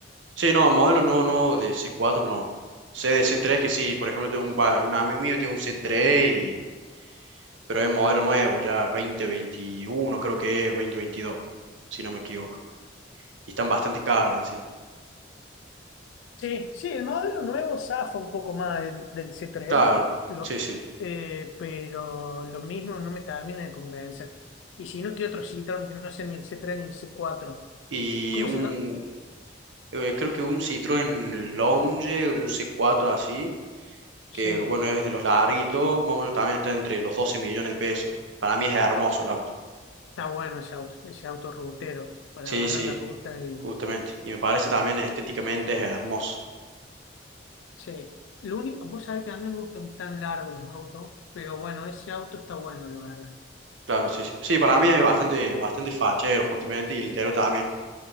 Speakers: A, on the right; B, on the left.
A: Sí, no, modelos nuevos, nuevos de c cuatro no. Sé de c tres que sí, por ejemplo, tengo un, va, un amigo mío tiene un c tres y... pero es modelo nuevo, ya 2021 creo que es 2022 si no me equivoco. Y están bastante caros encima.
B: Sí, sí, el modelo nuevo zafa un poco más del, del c tres
A: Claro,
B: lo,
A: sí, sí.
B: eh, pero lo mismo no me termina de convencer. Y si no, ¿qué otro Citroën que no sea ni el c tres ni el c cuatro
A: Y
B: ¿Cómo
A: un,
B: se llama?
A: eh, creo que un Citroën Lounge, un c cuatro así,
B: Sí.
A: que bueno, es de los larguitos, más o menos también está entre los 12 millones de pesos. Para mí es hermoso el auto.
B: Está bueno ese auto, ese auto rutero para
A: Sí,
B: agarrar
A: sí,
B: la ruta y
A: justamente. Y me parece también estéticamente es hermoso.
B: sí. Lo único, vos sabés que a mí no me gustan tan largos los autos, pero bueno, ese auto está bueno, la verdad.
A: Claro, sí, sí. Sí, para mí es bastante, bastante fachero, justamente, y el interior también.